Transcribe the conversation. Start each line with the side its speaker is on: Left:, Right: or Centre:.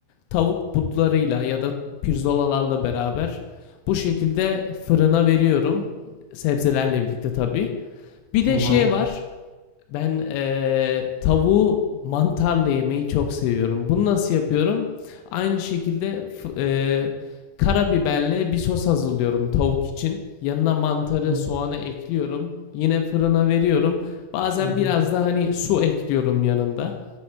Left: tavuk butlarıyla ya da pirzolalarla beraber bu şekilde fırına veriyorum. Sebzelerle birlikte tabii. Bir de
Right: Aha.
Left: şey var. Ben eee, tavuğu mantarla yemeyi çok seviyorum. Bunu nasıl yapıyorum? Aynı şekilde f- eee, karabiberle bir sos hazırlıyorum tavuk için. Yanına mantarı,
Right: Hı hı
Left: soğanı ekliyorum. Yine fırına veriyorum. Bazen
Right: hı
Left: biraz da hani su ekliyorum yanında.